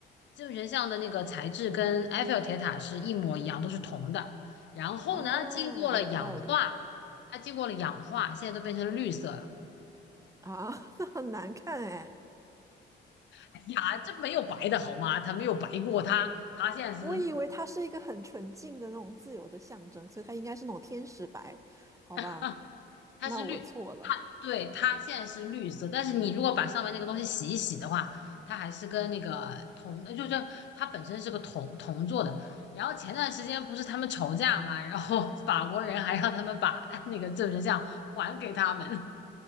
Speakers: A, on the left (about 65°); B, on the right (about 15°).
A: 技术真像的那个材质跟埃菲尔铁塔是一模一样，都是铜的。然后呢，
B: 哦，
A: 经过了氧化，
B: 有道理
A: 它经过了氧化，现在都变成绿色了。
B: 啊，<laughs> 那很难看哎。
A: 哎呀，这没有白的好吗？他没有白过他，他现在是
B: 我以为它是一个很纯净的那种自由的象征，所以它应该是那种天使白，好吧？
A: <laughs> 他是绿，
B: 那我错了。
A: 他对他现在是绿色，但是你如果把上面那个东西洗一洗的话，它还是跟那个铜，就是它本身是个铜铜做的。然后前段时间不是他们吵架嘛，然后法国人还让他们把那个证人像还给他们。